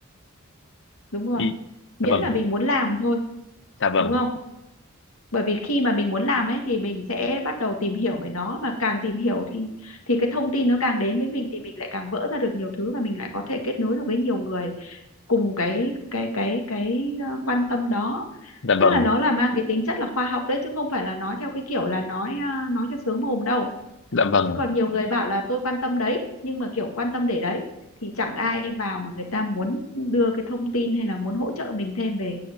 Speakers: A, on the left; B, on the left.
A: Đúng rồi.
B: Ý,
A: Miễn
B: dạ vâng
A: là mình muốn làm thôi,
B: dạ vâng
A: đúng không? bởi vì khi mà mình muốn làm ấy thì mình sẽ bắt đầu tìm hiểu về nó mà càng tìm hiểu thì thì cái thông tin nó càng đến với mình thì mình lại càng vỡ ra được nhiều thứ và mình lại có thể kết nối được với nhiều người cùng cái cái cái cái ờ, quan tâm đó
B: dạ
A: tức
B: vâng
A: là nó là mang cái tính chất là khoa học đấy chứ không phải là nói theo cái kiểu là nói ờ, nói cho sướng mồm đâu
B: dạ vâng
A: chứ còn nhiều người bảo là tôi quan tâm đấy nhưng mà kiểu quan tâm để đấy thì chẳng ai vào mà người ta muốn đưa cái thông tin hay là muốn hỗ trợ mình thêm về